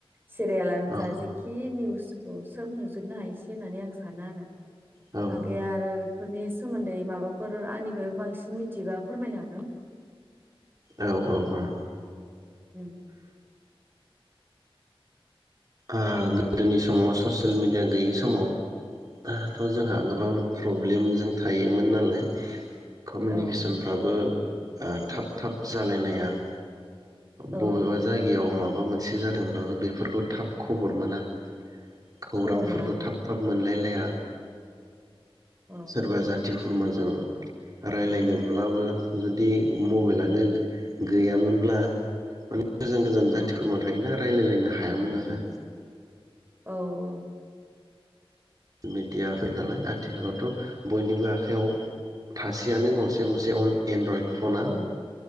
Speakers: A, on the right; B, on the right.
A: सिरियालानो
B: औ
A: जा जेखि निउसखौ सोब नुजोबनो हायोसै होननानै आं सानो आरो
B: औ
A: आगेया आरो फोरनि सोमोन्दै माबा आरो आंनि‍‌फायबो बांसिन मिथियोबा फोरमायनो हागोन।
B: औ औ औ
A: उम
B: ओ-गोदोनि समाव ससियेल मिडिया गैयै समाव दाथ जोंहा
A: औ
B: गोबां। प्रब्लेमजों थायोमोन नालाय। कमिउनिकेसनफ्राबो
A: औ
B: ओ-थाब थाब जालायलाया।
A: औ
B: बबेबा जायगायाव मा- माबा मोनसे जादोंब्लाबो बेफोरखौ थाब खबर मोना। खौरांफोरखौ
A: खबर मोना औ
B: थाब थाब मोनलायलाया।
A: औ
B: सोरबा जाथि खुरमाजों रायलायनोब्लाबो जुदि मबाइलानो
A: उम
B: गैयामोनब्ला गोजान गोजान
A: औ
B: जाथि खुरमा थायोना रायलायलायनो हायामोन आरो
A: औ औ
B: मेडिया फै नालाय आथिखालावथ' बयनिबो आखायाव थासैयानो गंसे गंसे एन्ड्रइड फना
A: औ